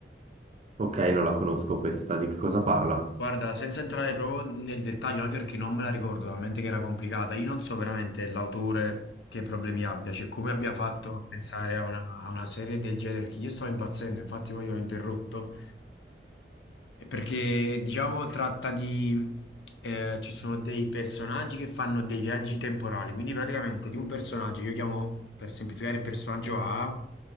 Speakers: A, on the right (about 35°); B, on the left (about 85°).
A: Ok, non la conosco questa, di che cosa parla?
B: Guarda, senza entrare proprio nel dettaglio, anche perché non me la ricordo talmente che era complicata, io non so veramente l'autore che problemi abbia, cioè come abbia fatto a pensare a una, a una serie del genere, che io stavo impazzendo, infatti poi ho interrotto, eh, perché diciamo tratta di... eh, ci sono dei personaggi che fanno dei viaggi temporali, quindi praticamente di un personaggio, che io chiamo per semplificare personaggio A,